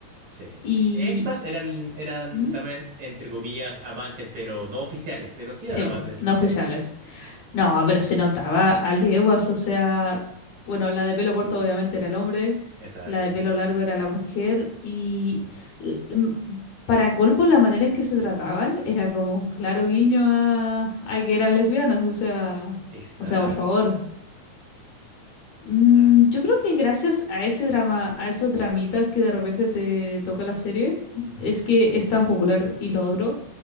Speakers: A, on the right (about 55°); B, on the left (about 70°).
A: Sí.
B: y...
A: Esas eran, eran
B: ¿Mm?
A: también, entre comillas, amantes, pero no oficiales, pero sí
B: Sí,
A: eran amantes.
B: po, no
A: Sí.
B: oficiales. No, pero se notaba a leguas, o sea, bueno, la de pelo corto obviamente era el hombre,
A: Exacto,
B: la de pelo largo era la mujer y l- m- para colmo la manera en que se trataban era como un claro guiño a, a que eran lesbianas, o sea,
A: exacto.
B: o sea, por favor. Mm,
A: Ah,
B: yo creo que gracias a ese drama, a esos dramitas que de repente te toca la serie,
A: ujú,
B: es que es tan popular. Y lo otro,